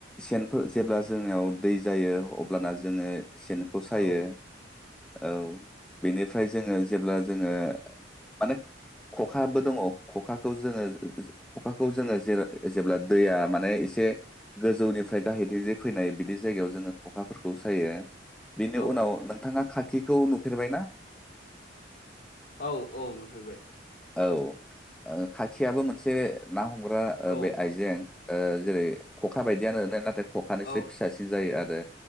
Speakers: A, in the centre; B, on the left.
A: सेनफोर जेब्ला जोंनियाव दै जायो अब्लाना जोङो, सेनखौ सायो
B: औ
A: औ बेनिफ्राय जोङो जेब्ला जोङो माने, खखाबो दङ खखाखौ जोङो खखाखौ जोङो जेब्ला दैया माने एसे गोजौनिफ्राय गाहायथिंजे फैनाय बिदि जायगायाव जोङो खखाफोरखौ सायो। बेनि
B: औ
A: उनाव नोंथाङा खाखिखौ नुफेरबायना?
B: औ औ नुफेरबाय,
A: औ ओ खाखियाबो मोनसे ना हमग्रा ओ
B: औ
A: बे आइजें, ओ जेरै खखा बायदियानो नाथाय, खखानिसाय
B: औ
A: फिसासिन जायो आरो